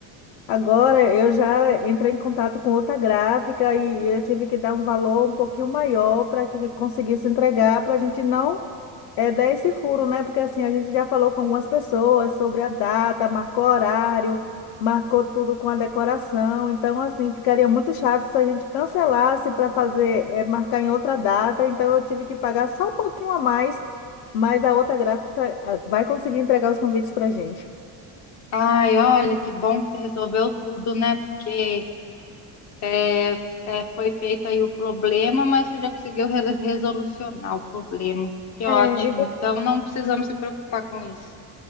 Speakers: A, on the left; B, on the left.
A: agora eu já entrei em contato com outra gráfica e eu tive que dar um valor um pouquinho maior para que conseguisse entregar, para a gente não É dar esse furo, né? Porque assim, a gente já falou com algumas pessoas sobre a data, marcou horário, marcou tudo com a decoração. Então, assim, ficaria muito chato se a gente cancelasse para fazer, eh, marcar em outra data. Então, eu tive que pagar só um pouquinho a mais, mas a outra gráfica ah, vai conseguir entregar os convites para a gente.
B: Ai, olha, que bom que você resolveu tudo, né? Porque É, é, foi feito aí o problema, mas você já conseguiu re- resolucionar o problema. Que
A: É,
B: ótimo.
A: e você
B: Então não precisamos se preocupar com isso.